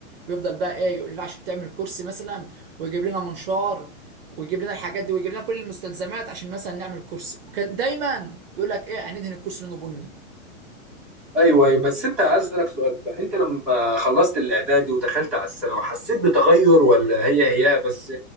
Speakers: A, on the right; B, in the centre.
A: ويفضل بقى ايه يقول لنا عشان تعمل كرسي مثلا ويجيب لنا منشار ويجيب لنا الحاجات دي ويجيب لنا كل المستلزمات عشان مثلا نعمل كرسي وكان دايما يقول لك ايه هندهن الكرسي لونه بني
B: ايوه ايوه بس انت عايز اسالك سؤال بقى انت لما خلصت الاعدادي ودخلت على الثانوي حسيت بتغير ولا هي هي بس